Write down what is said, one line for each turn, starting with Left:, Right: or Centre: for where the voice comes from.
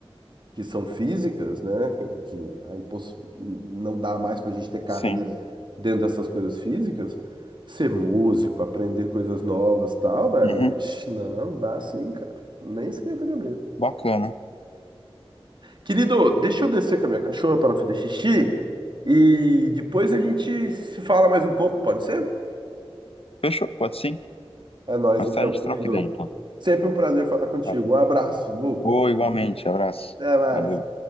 Right: que são físicas, né? Que que a imposs... não dá mais pra gente ter carreira
Left: Sim.
Right: dentro dessas coisas físicas. Ser músico, aprender coisas novas e tal, velho.
Left: Uhum.
Right: Vixe, não, dá sim, cara. Nem esquenta a cabeça.
Left: Bacana.
Right: Querido, deixa eu descer com a minha cachorra para fazer xixi e depois a gente se fala mais um pouco, pode ser?
Left: Fechou? Pode sim?
Right: É nóis,
Left: Mais
Right: então,
Left: tarde a
Right: querido.
Left: gente troca ideia, então.
Right: Sempre um prazer falar contigo.
Left: Valeu.
Right: Um abraço, Lu.
Left: Ô, igualmente. Abraço.
Right: Até mais.
Left: Valeu.